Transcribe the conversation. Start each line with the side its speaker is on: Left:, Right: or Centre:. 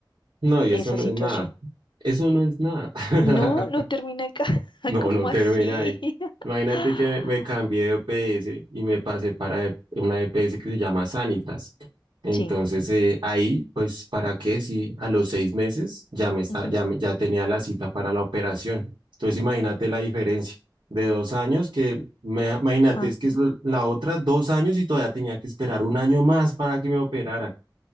Right: No, y eso
Left: esa
Right: no
Left: situación.
Right: es nada. Eso no es nada. <laughs>
Left: No, no termina acá. <laughs>
Right: No,
Left: ¿Cómo
Right: no termina
Left: así?
Right: ahí.
Left: <laughs>
Right: Imagínate que me cambié de EPS y me pasé para e- una EPS que se llama Sanitas. Entonces,
Left: Sí.
Right: eh, ahí, pues, ¿para qué? Si a los seis meses ya me está,
Left: ujú,
Right: ya, me- ya tenía la cita para la operación. Entonces, imagínate la diferencia de dos años que, me, imagínate,
Left: ajá.
Right: es que es la la otra dos años y todavía tenía que esperar un año más para que me operaran.